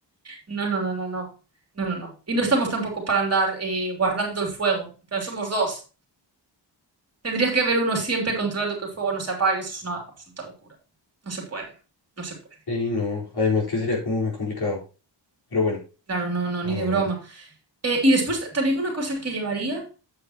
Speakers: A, on the right; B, on the left.
A: No, no, no, no, no. No, no, no. Y no estamos tampoco para andar eh, guardando el fuego. En plan, somos dos. Tendrías que haber uno siempre controlando que el fuego no se apague. Eso es una absoluta locura. No se puede. No se puede.
B: y no, además que sería como muy complicado, pero bueno,
A: Claro, no, no,
B: a
A: ni de broma.
B: ver,
A: Eh, y después también una cosa que llevaría,